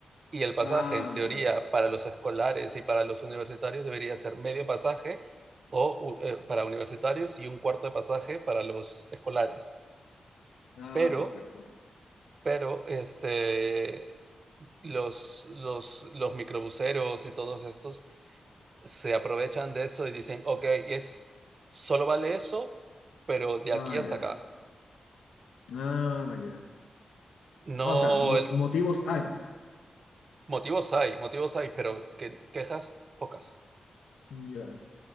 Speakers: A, on the right; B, on the left.
A: Y el pasaje,
B: Ah,
A: en teoría,
B: ya.
A: para los escolares y para los universitarios debería ser medio pasaje o eh, para universitarios y un cuarto de pasaje para los escolares.
B: Ah,
A: Pero,
B: perfecto.
A: pero, este, los, los, los microbuseros y todos estos se aprovechan de eso y dicen, ok, es, solo vale eso, pero de
B: Ah,
A: aquí hasta
B: ya.
A: acá.
B: Ah, ya.
A: No,
B: Ah, o sea, mo-
A: el,
B: motivos hay.
A: motivos hay, motivos hay, pero que, quejas pocas.
B: Ya.